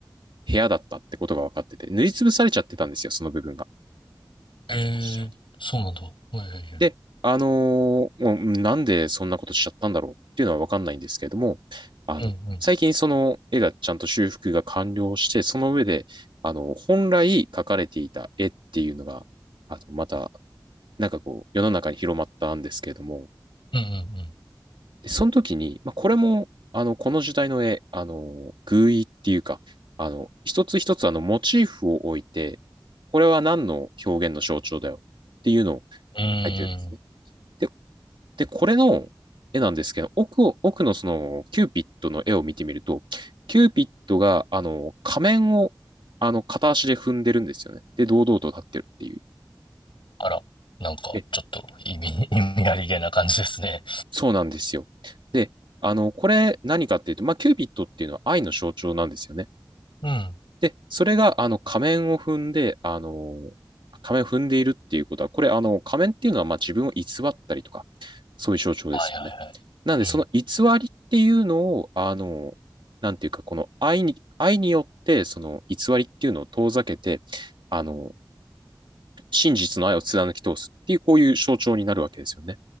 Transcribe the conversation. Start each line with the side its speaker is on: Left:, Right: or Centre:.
Right: 部屋だったってことが分かってて、塗りつぶされちゃってたんですよ、その部分が。
Left: ええ、
Right: 確かに。
Left: そうなんだ。はいはいはい。
Right: で、あのーもうなんでそんなことしちゃったんだろうっていうのは分かんないんですけれども、あの、
Left: うんうん。
Right: 最近その絵がちゃんと修復が完了して、その上で、あの、本来描かれていた絵っていうのが、あの、またなんかこう、世の中に広まったんですけれども、
Left: うんうん
Right: でその時に、まあ、これも、あの、この時代の絵、あの、寓意っていうか、あの、一つ一つあの、モチーフを置いて、これは何の表現の象徴だよっていうのを
Left: うん。うーん。
Right: 書いてるんですね。で、で、これの絵なんですけど、奥を、奥のその、キューピッドの絵を見てみると、キューピッドが、あの、仮面を、あの、片足で踏んでるんですよね。で、堂々と立ってるっていう。
Left: あら、なんかちょっと意味意味ありげな感じですね。
Right: 絵そうなんですよ。で、あの、これ何かっていうと、まあ、キュービットっていうのは愛の象徴なんですよね。
Left: うん。
Right: で、それが、あの、仮面を踏んで、あの、仮面を踏んでいるっていうことは、これ、あの、仮面っていうのは、まあ、自分を偽ったりとか、そういう象徴ですよね。
Left: はいはい
Right: なんで、
Left: はい。
Right: その偽りっていうのを、
Left: う
Right: あの、なんていうか、この愛に、愛によって、その偽りっていうのを遠ざけて、あの、真実の愛を貫き通すっていう、こういう象徴になるわけですよね。